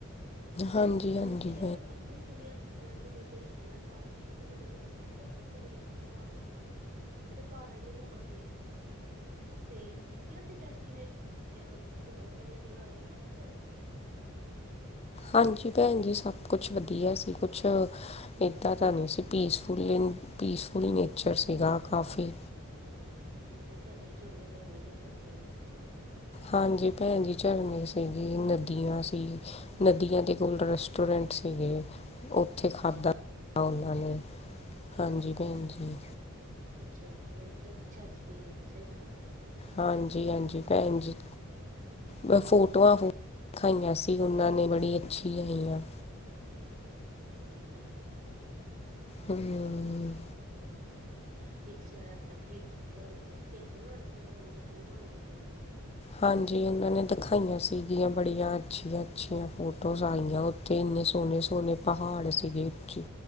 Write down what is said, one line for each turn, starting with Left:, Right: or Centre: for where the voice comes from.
Left: ਹਾਂਜੀ-ਹਾਂਜੀ
Right: ਹਾਂਜੀ ਇਹ ਭੈਣ ਜੀ ਸੁਣਿਆ ਤੁਹਾਡਾ ਕੋਈ ਰਿਸ਼ਤੇਦਾਰ ਪਹਾੜਾਂ ਚ ਘੁੰਮਣ ਗਿਆ ਸੀ ਕਿੱਥੇ ਘੁੰਮਣ ਗਿਆ ਸੀ ਪਹਾੜਾਂ ਚ'। ਅੱਛਾ ਪਹਾੜਾਂ ਚ ਘੁੰਮਣ ਗਿਆ ਸੀ। ਤੇ ਵਧੀਆ ਸੀ ਡੈਸਟੀਨੇਸ਼ਨ ਉਥੇ ਘੁੰਮਣ ਵਾਲੀਆਂ ਜਗ੍ਹਾ ਵਧੀਆ ਸਨ।
Left: ਹਾਂਜੀ ਭੈਣ ਜੀ ਸਭ ਕੁਛ ਵਧੀਆ ਸੀ ਕੁਛ ਏਦਾਂ ਤਾਂ ਨਹੀਂ ਸੀ ਪੀਸਫੁਲੀ-ਪੀਸਫੁਲੀ ਨੇਚਰ
Right: ਅੱਛਾ
Left: ਸੀਗਾ
Right: ਅੱਛਾ
Left: ਕਾਫ਼ੀ,
Right: ਅੱਛਾ ਝਰਨੇ ਚੁਰਨੇ ਹੋਣਗੇ ਉੱਥੇ ਹਨਾ।
Left: ਹਾਂਜੀ ਭੈਣ ਜੀ ਝਰਨੇ ਸੀਗੀ ਨਦੀਆਂ ਸੀ। ਨਦੀਆਂ ਦੇ ਕੋਲ ਰੈਸਟੋਰੈਂਟ ਸੀਗੇ ਉੱਥੇ
Right: ਅੱਛਾ ਅੱਛਾ
Left: ਖਾਧਾ ਉਹਨਾਂ ਨੇ, ਹਾਂਜੀ
Right: ਅੱਛਾ-ਅੱਛਾ-ਅੱਛਾ
Left: ਭੈਣ ਜੀ
Right: ਮਤ ਅੱਛਾ ਐਕਸਪੀਰੀਅੰਸ ਹੈ ਜਾਣ ਦਾ।
Left: ਹਾਂਜੀ-ਹਾਂਜੀ ਭੈਣ ਜੀ ਬਸ ਫੋਟੋਆਂ
Right: ਅੱਛਾ ਅੱਛਾ
Left: ਫੋਨ ਦਿਖਾਈਆਂ ਸੀ ਉਨ੍ਹਾਂ ਨੇ ਬੜੀ ਅੱਛੀ ਆਈਆ।
Right: ਹਾਂਜੀ-ਹਾਂਜੀ।
Left: ਹੂੰ,
Right: ਹ <unintelligible> ਕੀਤੀਆ ਹੋਣੀਆ ਤੇ ਭੇਜੀਆਂ ਹੋਣੀਆਂ ਤੁਹਾਨੂੰ ਦਿਖਾਈਆਂ ਹੋਣੀਆਂ ਉਹਨਾਂ ਨੇ।
Left: ਹਾਂਜੀ ਉਹਨਾਂ ਨੇ ਦਿਖਾਈਆਂ ਸੀਗੀਆ ਬੜੀਆਂ ਅੱਛੀਆ-ਅੱਛੀਆ ਫੋਟੋਜ਼ ਆਈਆ ਤੇ ਇੰਨੇ ਸੋਹਣੇ-ਸੋਹਣੇ ਪਹਾੜ ਸੀਗੇ ਉੱਚੀ,